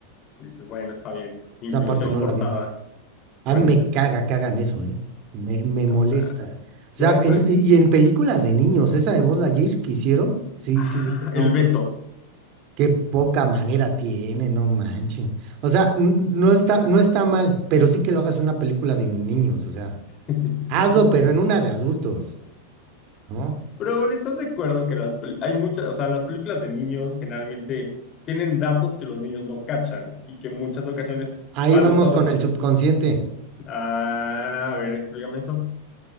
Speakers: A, on the left; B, on the right.
A: dices, bueno, está bien. Inclusión
B: Esa parte no
A: forzada.
B: la vi. Ah,
A: Bueno,
B: me
A: pues
B: caga
A: sí.
B: que hagan eso, ¿eh? Me, me molesta.
A: O sea,
B: O
A: ya
B: sea,
A: en cual...
B: en- y y en películas de niños, esa de Buzz Lightyear que hicieron, sí,
A: Ah,
B: sí, dije, no,
A: el beso.
B: qué Qué poca manera tiene, no manchen. O sea, n- no está, no está mal, pero sí que lo hagas en una película de niños, o sea,
A: <laughs>
B: hazlo, pero en una de adultos, ¿no?
A: Pero bueno, ¿estás de acuerdo que las pel- hay muchas, o sea, las películas de niños generalmente tienen datos que los niños no cachan y que en muchas ocasiones
B: Ahí
A: para
B: vamos
A: los adultos
B: con el subconsciente.
A: Ah, a ver, explícame eso.